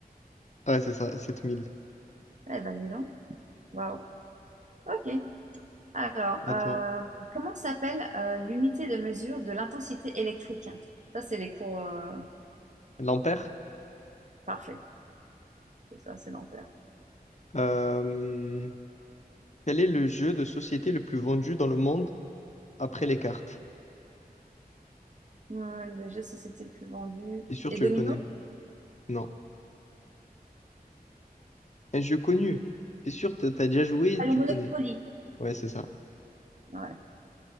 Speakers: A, on the left; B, on the right.
A: Ouais, c'est ça, Sept mille.
B: Eh ben, dis donc. Waouh. OK. Alors,
A: À
B: euh,
A: toi.
B: comment s'appelle euh, l'unité de mesure de l'intensité électrique? Ça, c'est les cours euh,
A: L'ampère?
B: parfaits. C'est ça, c'est l'ampère.
A: Euh, Quel est le jeu de société le plus vendu dans le monde après les cartes?
B: Ouais, le jeu de société le plus vendu.
A: C'est sûr,
B: Les
A: tu
B: dominos?
A: le connais. Non. Un jeu connu. C'est sûr, t'as t'as déjà joué,
B: Ah, le
A: tu
B: Monopoly.
A: connais. Ouais, c'est ça.
B: Ouais.